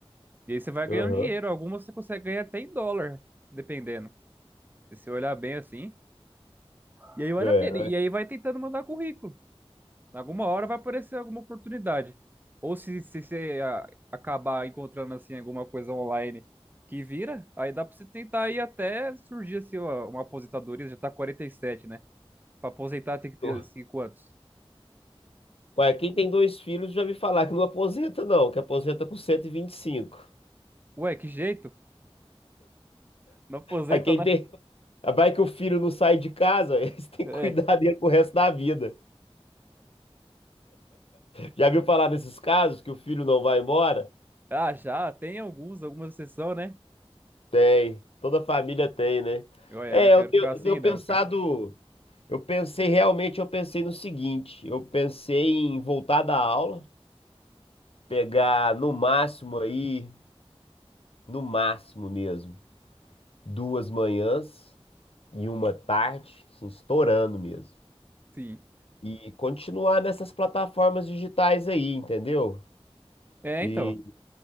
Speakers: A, on the right; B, on the left.
A: E aí você vai
B: Aham.
A: ganhando dinheiro. Algumas você consegue ganhar até em dólar, dependendo. Se você olhar bem assim. E aí olha,
B: É,
A: e aí vai tentando mandar currículo. Alguma hora vai aparecer alguma oportunidade. Ou se, se você ah, acabar encontrando assim alguma coisa online que vira, aí dá pra você tentar ir até surgir assim uma, uma aposentadoria, já tá quarenta e sete né? Pra aposentar tem que ter
B: é.
A: assim quantos?
B: Ué, quem tem dois filhos já me falar que não aposenta, não, que aposenta com cento e e vinte e cinco.
A: Ué, que jeito? Não aposenta,
B: Aí quem
A: né?
B: tem. Vai que o filho não sai de casa, <laughs> aí você tem
A: É.
B: que cuidar dele pro resto da vida. Já viu falar nesses casos que o filho não vai embora?
A: Ah, já, tem alguns, algumas exceções, né?
B: Tem. Toda família tem, né?
A: Ué,
B: É,
A: eu não quero
B: eu tenho,
A: ficar assim,
B: eu tenho pensado.
A: não, cara.
B: Eu pensei realmente, eu pensei no seguinte: eu pensei em voltar da aula, pegar no máximo aí, no máximo mesmo, duas manhãs e uma tarde, assim, estourando mesmo.
A: Sim.
B: e continuar nessas plataformas digitais aí, entendeu?
A: É,
B: E,
A: então.